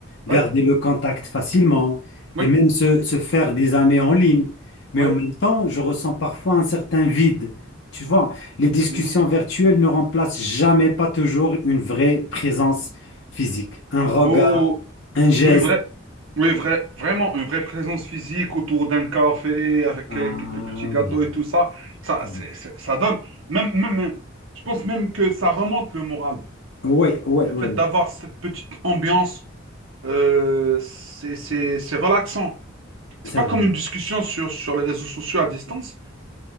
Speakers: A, on the left (about 60°); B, on the right (about 80°).
A: garder
B: Ouais,
A: le contact facilement
B: oui,
A: et même se, se faire des amis en ligne. Mais
B: oui.
A: en même temps, je ressens parfois un certain vide. Tu vois, les discussions
B: mhm.
A: virtuelles ne remplacent jamais, pas toujours, une vraie présence physique, un regard,
B: Oh,
A: un geste.
B: une vraie, oui, vrai, vraiment une vraie présence physique autour d'un café avec
A: Ah
B: euh, quelques petits gâteaux
A: oui,
B: et tout ça, ça,
A: ça
B: c'est,
A: me-
B: c'est- ça donne. Même, même, euh, je pense même que ça remonte le moral.
A: ouais, ouais,
B: Le
A: ouais,
B: fait d'avoir cette petite ambiance, euh, c'est, c'est, c'est relaxant.
A: c'est
B: C'est pas
A: vrai.
B: comme une discussion sur, sur les réseaux sociaux à distance.